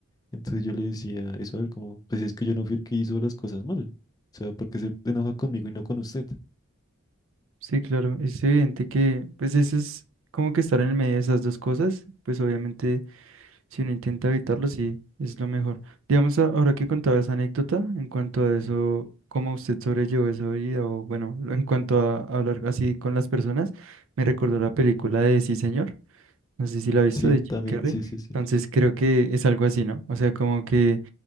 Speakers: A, on the left (about 15°); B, on the right (about 65°).
A: Entonces yo le decía eso a él como, pues es que yo no fui el que hizo las cosas mal. O sea, porque se enoja conmigo y no con usted.
B: Sí, claro, es evidente que, pues eso es como que estar en el medio de esas dos cosas, pues obviamente si uno intenta evitarlo, sí, es lo mejor. Digamos, a- ahora que contaba esa anécdota, en cuanto a eso, cómo usted sobrellevó esa vida, o bueno, en cuanto a hablar así con las personas, me recordó la película de Sí, señor, no sé si la ha visto,
A: Sí,
B: de Jim
A: también,
B: Carrey,
A: sí, sí, sí.
B: entonces creo que es algo así, ¿no? O sea, como que